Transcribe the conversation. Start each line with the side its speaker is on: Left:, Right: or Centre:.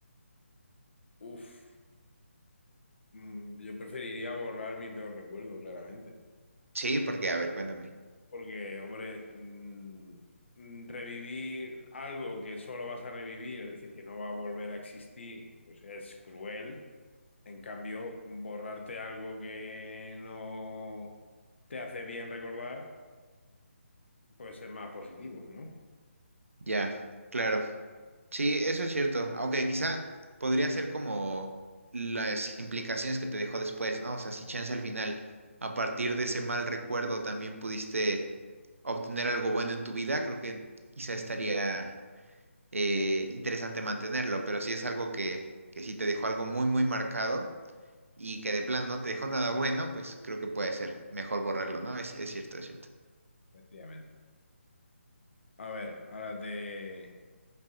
Left: Uf, mm, yo preferiría borrar mi peor recuerdo, claramente.
Right: Sí, porque, a ver, cuéntame.
Left: Porque, hombre, mm, mm, revivir algo que solo vas a revivir, es decir, que no va a volver a existir, pues es cruel. En cambio, borrarte algo que no te hace bien recordar, pues es más positivo, ¿no?
Right: Ya, claro. Sí, eso es cierto. Aunque quizá podría ser como las implicaciones que te dejó después, ¿no? O sea, si chance al final, a partir de ese mal recuerdo también pudiste obtener algo bueno en tu vida, creo que quizá estaría eh, interesante mantenerlo. Pero si es algo que, que sí te dejó algo muy, muy marcado y que de plano no te dejó nada bueno, pues creo que puede ser mejor borrarlo, ¿no? Es, es cierto, es cierto.
Left: Efectivamente. A ver, ahora te,